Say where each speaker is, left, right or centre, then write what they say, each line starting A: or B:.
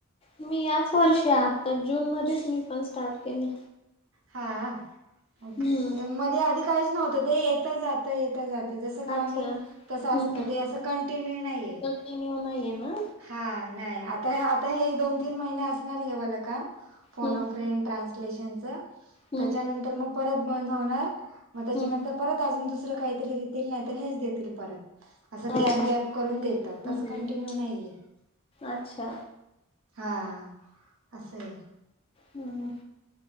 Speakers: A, on the left; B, on the right.
A: मी याच वर्षी आत्ता जूनमध्येच मी पण स्टार्ट केलंय.
B: हा ओके
A: हम्म
B: मध्ये आधी काहीच नव्हतं ते येत जातं येतं जातं जसं काम
A: अच्छा
B: येईल
A: हम्म
B: तसं असतं
A: हम्म हम्म.
B: ते असं कंटिन्यू नाहीय.
A: कंटिन्यू नाहीये ना?
B: हा नाही आता आता हे दोन तीन महिने असणार हे मला काम फोन
A: हम्म
B: अ फ्रेंड, ट्रान्स क्रिप्शनच
A: हम्म
B: त्याच्यानंतर मग परत बंद होणार मग त्यांच्यानंतर
A: हम्म
B: परत अजून दुसरं काहीतरी देतील नाही तर हेच देतील परत. अस गॅप
A: अच्छा
B: गॅप करून देतात
A: हम्म
B: अस
A: हम्म
B: कंटिन्यू
A: हम्म.
B: नाहीये.
A: अच्छा
B: हा असय
A: हम्म हम्म